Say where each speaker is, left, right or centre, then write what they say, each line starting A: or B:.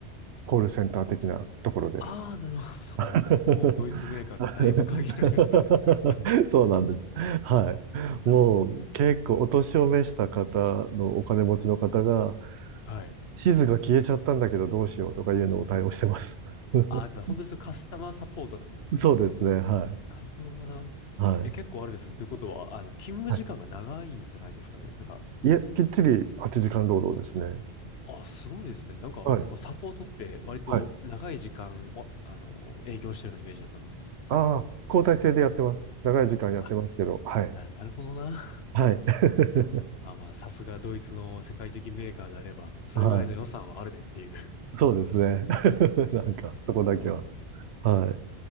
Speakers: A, on the right (about 75°); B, on the left (about 70°).
A: コールセンター的なところで。
B: ああ、なるほど。
A: <laughs>
B: もう、もうドイツメーカーってだいぶ限られるじゃないですか。
A: そうなんです。はい。
B: <laughs> なるほどな。
A: もう結構お年を召した方のお金持ちの方が
B: はい。
A: 地図が消えちゃったんだけどどうしようとかいうのを対応してます。<laughs>
B: ああ、だから本当にそのカスタマーサポートなんですね。
A: そうですね。はい。
B: なるほどな。
A: はい。
B: え、結構あれです。ということは、あの、勤務時間が長いんじゃないですかね。
A: はい。
B: なんか、
A: いえ、きっちり8時間労働ですね。
B: あ、すごいですね。なんか、
A: はい。
B: 結構サポートって割と長い時間を、
A: はい。
B: あの、営業してるようなイメージだったんですよ。
A: ああ、交代制でやってます。長い時間やってますけど。
B: あ、
A: はい。
B: な、なるほどな。<laughs>
A: はい。<laughs>
B: まあまあ、さすがドイツの世界的メーカーであれば、それぐらいの予算はあるでっていう。
A: はい。そうですね。<laughs> なんか、
B: <laughs> なるほどな。
A: そこだけは。はい。